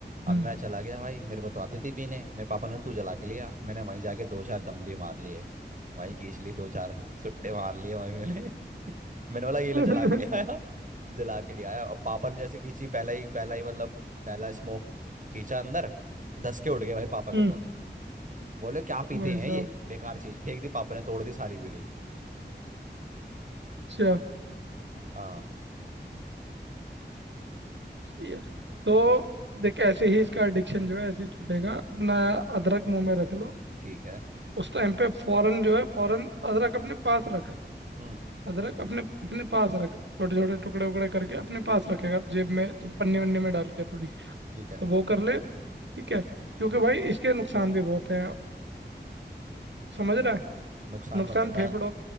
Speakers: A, on the right; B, on the right.
A: अब
B: हम्म
A: मैं चला गया भाई मेरे को तो आती थी पीने मेरे पापा ने तू जला के लिया मैंने वहीं जाके दो चार दम भी मार लिए वहीं खींच लिए दो चार सुट्टे मार लिए वहीं मैंने <laughs> मैंने बोला ये
B: <laughs>
A: लो जला के ले आया जला के ले आया और पापा ने जैसे खींची पहला ही पहला ही मतलब पहला स्मोक खींचा अंदर दस के उठ गए भाई पापा के
B: हम्म
A: तो बोले क्या पीते
B: भाई
A: हैं
B: साहब
A: ये बेकार चीज फेंक दी पापा ने तोड़ दी सारी बीड़ी
B: अच्छा
A: हाँ
B: ये- तो देख ऐसे ही इसका एडिक्शन जो है ऐसे ही छूटेगा अपना अदरक मुंह में रख लो
A: ठीक है
B: उस टाइम पे फौरन जो है फौरन अदरक अपने पास रख
A: हम्म
B: अदरक अपने अपने पास रख छोटे छोटे टुकड़े उकड़े करके अपने पास रखेगा जेब में तो पन्नी वन्नी में डाल के थोड़ी
A: ठीक है
B: तो वो कर ले ठीक है क्योंकि भाई इसके नुकसान भी बहुत हैं समझ रहा है
A: नुकसान
B: नुकसान
A: मत बता
B: फेफड़ों